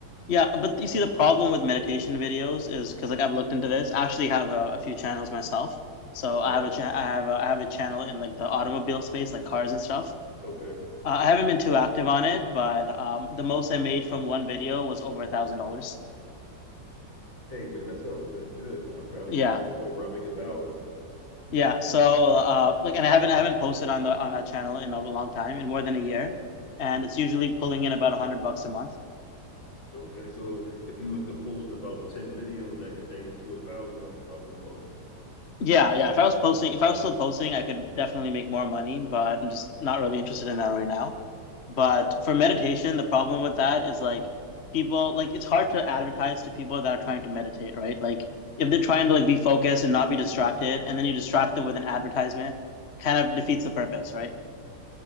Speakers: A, on the left (about 40°); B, on the left (about 75°).
A: Yeah, but you see, the problem with meditation videos is because like I've looked into this. I actually have a, a few channels myself. So
B: them. Okay,
A: I have a cha- I have a, I have a channel in like the automobile space, like cars and stuff.
B: okay.
A: Uh, I haven't been too active on it, but um, the most I made from one video was over a thousand dollars.
B: Hey man, that's something that's good. I'm trying
A: Yeah,
B: to get to the point where I make a dollar.
A: yeah. So uh, like, and I haven't I haven't posted on the on that channel in a long time, in more than a year, and it's usually pulling in about a hundred bucks a month.
B: Okay, so if you was to post about ten videos, that could change to a thousand dollars a month.
A: Yeah, yeah. If I was posting, if I was still posting, I could definitely make more money, but I'm just not really interested in that right now. But for meditation, the problem with that is like people, like it's hard to advertise to people that are trying to meditate, right? Like if they're trying to like be focused and not be distracted, and then you distract them with an advertisement, kind of defeats the purpose, right?